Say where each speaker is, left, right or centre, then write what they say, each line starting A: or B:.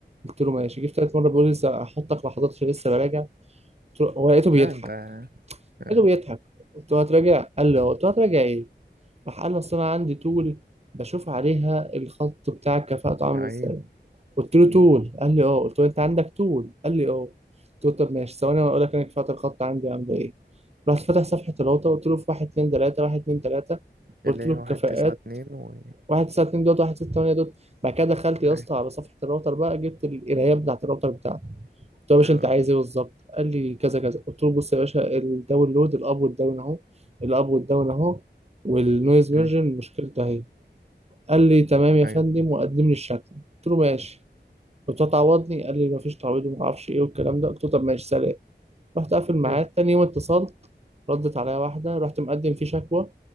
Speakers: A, on the right; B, on the right.
A: قلت له ماشي جيت تالت مره بيقول لي لسه هحطك ما حضرتش لسه براجع قلت له هو لقيته بيضحك
B: لا انت آه.
A: لقيته بيضحك قلت له هتراجع قال لي اه قلت له هتراجع ايه راح قال لي اصل انا عندي طول بشوف عليها الخط بتاعك كفاءته
B: يا
A: عامل
B: عيني
A: ازاي قلت له
B: مم.
A: طول قال لي اه قلت له انت عندك طول قال لي اه قلت له طب ماشي ثواني وانا اقول لك انا كفاءه الخط عندي عامله ايه رحت فاتح صفحه الراوتر قلت له في 1 2 3 1 2 3 قلت
B: اللي هي
A: له الكفاءات
B: واحد تسعة اتنين و
A: واحد تسعة اتنين دوت واحد ستة تمانية دوت بعد كده دخلت يا
B: ايوه
A: اسطى على صفحة الراوتر بقى جبت القرايات بتاعة الراوتر بتاعتي قلت له يا باشا
B: اه
A: أنت عايز إيه بالظبط قال لي كذا كذا قلت له بص يا باشا الداونلود الأب والداون أهو الأب والداون أهو والنويز ميرجن
B: مم.
A: مشكلته أهي قال لي تمام يا فندم
B: ايوه
A: وقدم لي الشكوى قلت له ماشي قلت له تعوضني قال لي مفيش تعويض ومعرفش إيه والكلام ده قلت له طب ماشي سلام رحت قافل معاه
B: مم.
A: تاني يوم اتصلت ردت عليا واحدة رحت مقدم فيه شكوى